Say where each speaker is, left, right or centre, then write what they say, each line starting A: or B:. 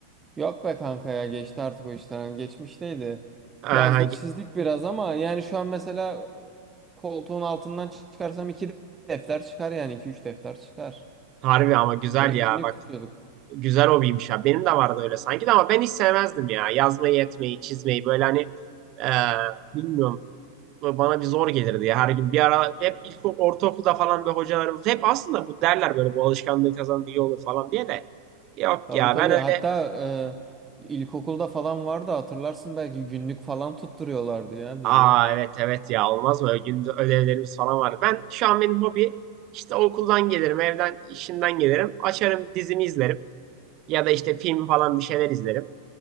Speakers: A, on the right (about 15°); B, on the right (about 40°).
A: Yok be kanka ya geçti artık o işler. Hani geçmişteydi.
B: Ha,
A: Yazdık çizdik biraz ama yani şu an mesela koltuğun altından çıkarsam iki defter çıkar yani iki üç defter çıkar.
B: harbi ama güzel
A: Öyle günlük
B: ya bak
A: tutuyorduk.
B: Güzel hobiymiş ya. Benim de vardı öyle sanki de ama ben hiç sevmezdim ya. Yazmayı, etmeyi, çizmeyi böyle hani eee, bilmiyorum. Böyle Bana bir zor gelirdi ya her gün. Bir ara hep ilk ortaokulda falan böyle hocalarımız hep aslında bu derler böyle bu alışkanlığı kazanın iyi olur falan diye de. Yok
A: Tabii
B: ya
A: tabii
B: ben öyle.
A: hatta e, ilkokulda falan vardı hatırlarsın belki günlük falan tutturuyorlardı ya
B: Aa
A: bize.
B: evet evet ya olmaz mı? Ögünde ödevlerimiz falan vardı. Ben şu an benim hobi işte okuldan gelirim, evden, işimden gelirim. Açarım bir dizimi izlerim. Ya da işte film falan bir şeyler izlerim.